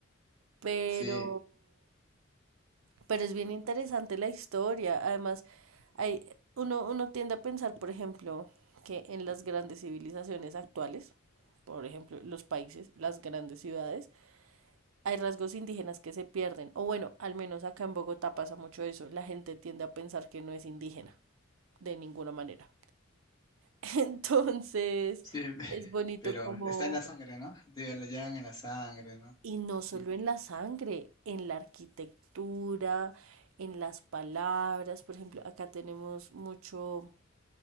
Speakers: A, on the right; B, on the left.
A: Pero
B: Sí,
A: Pero es bien interesante la historia. Además, hay, uno, uno tiende a pensar, por ejemplo, que en las grandes civilizaciones actuales, por ejemplo, los países, las grandes ciudades, hay rasgos indígenas que se pierden. O bueno, al menos acá en Bogotá pasa mucho eso. La gente tiende a pensar que no es indígena, de ninguna manera. <laughs> Entonces,
B: sí, <laughs>
A: es bonito
B: pero
A: como
B: está en la sangre, ¿no? Digo, lo llevan en la sangre, ¿no?
A: Y no solo
B: Mm,
A: en la sangre, en la arquitectura, en las palabras. Por ejemplo, acá tenemos mucho,